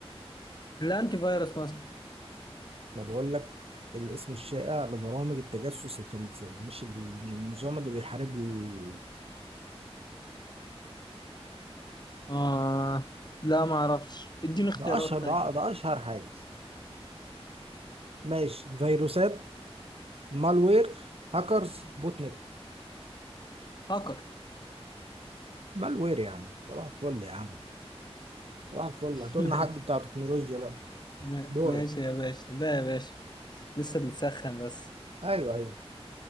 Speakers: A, on the left; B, on the right.
A: الانتي فيروس مثلا
B: أنا بقول لك الاسم الشائع لبرامج التجسس الخبيثة مش النظام اللي بيحارب ال-
A: اه لا ما اعرفش اديني اختيارات
B: ده أشهر
A: تاني
B: ده, ده أشهر حاجة ماشي فيروسات مالوير هاكرز بوت نت
A: هاكر
B: مالوير يعني صباح الفل يا عم صباح الفل
A: <laughs>
B: هتقولنا حد بتاع تكنولوجيا بقى
A: ما-
B: دورك
A: ماشي يا باشا ده يا باشا لسه بنسخن بس
B: أيوه أيوه